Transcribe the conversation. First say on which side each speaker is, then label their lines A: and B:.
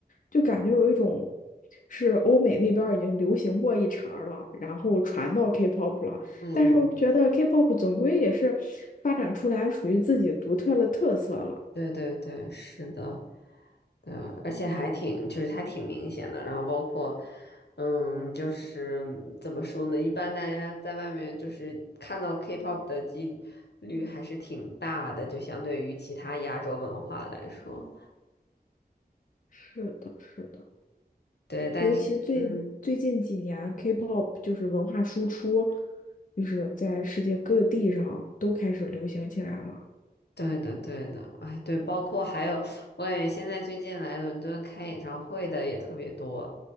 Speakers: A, on the left; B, on the left.
A: 就感觉有一种是欧美那边儿已经流行过一茬儿了，然后传到 K-pop 了。
B: 嗯嗯，
A: 但是我觉得 K-pop 总归也是发展出来属于自己独特的特色了。
B: 对对对，是的，对，而且还挺就是他挺明显的，然后包括嗯，就是怎么说呢，一般大家在外面就是看到 K-pop 的几率还是挺大的，就相对于其他亚洲文化来说，
A: 是的，是的。
B: 对，但是。
A: 尤其最最近几年，K-pop
B: 嗯。
A: 就是文化输出，就是在世界各地上都开始流行起来了。
B: 对的，对的，哎，对，包括还有，我感觉现在最近来伦敦开演唱会的也特别多。